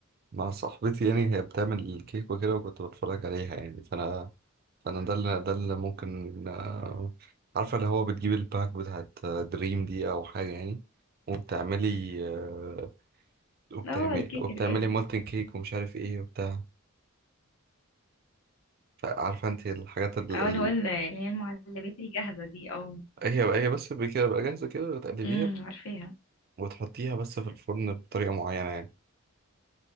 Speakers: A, on the right; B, on the left.
A: مع صاحبتي يعني هي بتعمل الكيك وكده وكنت بتفرج عليها يعني فانا فانا ده اللي ده اللي ممكن آه، عارفه اللي هو بتجيب الباك بتاعت دريم دي او حاجه يعني وبتعملي آه، وبتعملي
B: اه الكيك
A: وبتعملي
B: الجاهز
A: مولتن كيك ومش عارف ايه وبتاع فعارفه انت الحاجات ال...
B: او
A: ال...
B: اللي هو ال- اللي هي المعلبات الجاهزه دي او
A: هي هي بس كده بقى جاهزه كده تقلبيها
B: امم عارفاها
A: وتحطيها بس في الفرن بطريقة معينة يعني